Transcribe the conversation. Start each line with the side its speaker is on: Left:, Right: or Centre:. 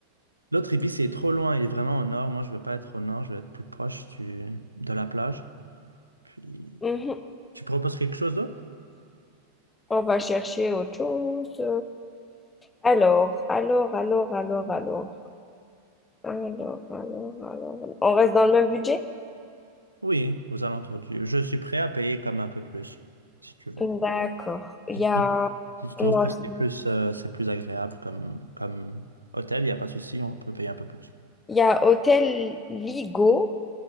Right: l'autre Ibis, il est trop loin. Il est vraiment au nord. Moi, je veux pas être au nord. Je veux être plus proche du, de la plage. Puis,
Left: Mhm.
Right: tu proposes quelque chose d'autre?
Left: On va chercher autre chose. Alors, alors, alors, alors, alors. Alors, alors, alors. On reste dans le même budget?
Right: Oui, aux alentours du. Je suis prêt à payer comme un peu plus, si tu veux.
Left: D'accord. Il
Right: Si
Left: y
Right: tu
Left: a,
Right: trouves, si tu trouves
Left: non,
Right: que c'est
Left: c'est-
Right: plus, euh, c'est plus agréable comme, comme hôtel, il n'y a pas de souci, on peut payer un peu plus.
Left: il y a Hôtel Ligo.